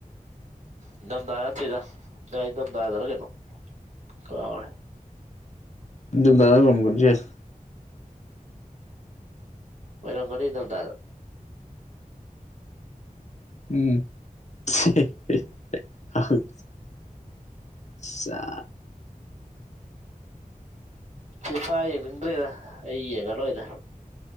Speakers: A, on the right; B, on the left.
A: ꯏꯪꯗꯝꯗꯥ ꯅꯠꯇꯦꯗ ꯑ ꯏꯪꯗꯝꯗꯥꯗꯔ ꯀꯩꯅꯣ ꯀꯥꯎꯔꯦ
B: ꯗꯨꯕꯥꯔꯣ ꯀꯝꯒꯁꯦ
A: ꯑꯣꯏꯔꯝꯒꯅꯤ ꯏꯪꯗꯝꯗꯥꯗ
B: ꯎꯝ ꯍꯤ ꯍꯤ ꯍꯥꯝ ꯁꯥ
A: ꯐꯤꯐꯥ ꯌꯦꯡꯅꯤꯡꯗ꯭ꯔꯦꯗ ꯑꯩ ꯌꯦꯡꯉꯥ ꯂꯣꯏꯔꯦ